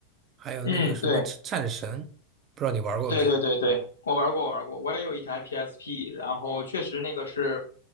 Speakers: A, on the right (about 30°); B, on the left (about 70°).
A: 还有那个什么《战神》，
B: 嗯，对，
A: 不知道你玩过没？
B: 对对对对，我玩过，我玩过，我也有一台 PSP，然后确实那个是